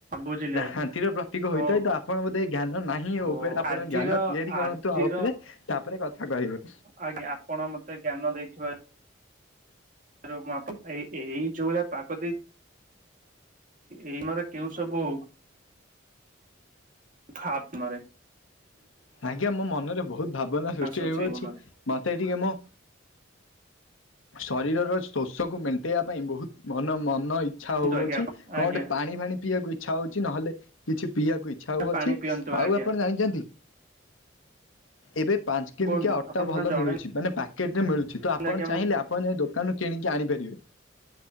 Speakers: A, on the right; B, on the left.
A: ବୁଝିଲି ଆଜ୍ଞା
B: ଶାନ୍ତିର ପ୍ରତୀକ
A: ହଉ
B: ହୋଇଥାଏ ତ ଆପଣ ବୋଧେ ଜ୍ଞାନ ନାହିଁ
A: ହଉ
B: ଉପରେ ଆପଣ
A: ଆଜିର
B: ଜ୍ଞାନ ତିଆରି କରନ୍ତୁ
A: ଆଜିର
B: ଆଉ ଉପରେ। ତାପରେ କଥା କହିବେ।
A: ଆଜ୍ଞା ଆପଣ ମତେ ଜ୍ଞାନ ଦେଇଥିବା <unintelligible> ଏଇ ଯୋଉ ଭଳିଆ ପାଗ ଦେଇ ଏଇ ମର କେଉ ସବୁ ଖପ ମରେ
B: ଆଜ୍ଞ ମୋ ମନରେ ବହୁତ୍ ଭାବନା ସୃଷ୍ଟି
A: ଆସୁଅଛି
B: ହେଇଅଛି।
A: ମନରେ
B: ମତେ ଏଠିକ ମୋ ଶରୀରର ଶୋଷକୁ ମେଣ୍ଟେଇବା ପାଇଁ ବୋହୁତ୍ ମନ ମନ ଇଚ୍ଛା
A: କୁହନ୍ତୁ
B: ହଉଅଛି
A: ଆଜ୍ଞା
B: କଣ
A: ଆଜ୍ଞା
B: ଗୋଟେ ପାଣି ଫାଣି ପିଇବାକୁ ଇଚ୍ଛା ହଉଛି ନହେଲେ କିଛି ପିଇକୁଇଛା ଛା ହଉ
A: ପାଣି
B: ଅଛି
A: ପିଅନ୍ତୁ ଆଜ୍ଞା
B: ଆଉ ଆପଣ ଜାଣିଛନ୍ତି। ଏବେ ପାଞ୍ଚ କିଲିକିଆ
A: କୁହନ୍ତୁ
B: ଅଟା
A: ଆପଣ
B: ଭଲ
A: ସିନା ଜଣେଇଲେ
B: ମିଳୁଛି ମାନେ ପ୍ୟାକେଟରେ ମିଳୁଛି ତ ଆପଣ
A: ଆଜ୍ଞା
B: ଚାହିଁଲେ
A: ମୁଁ
B: ଆପଣ ଦୋକାନରୁ କିଣିକି ଆଣିପାରିବେ।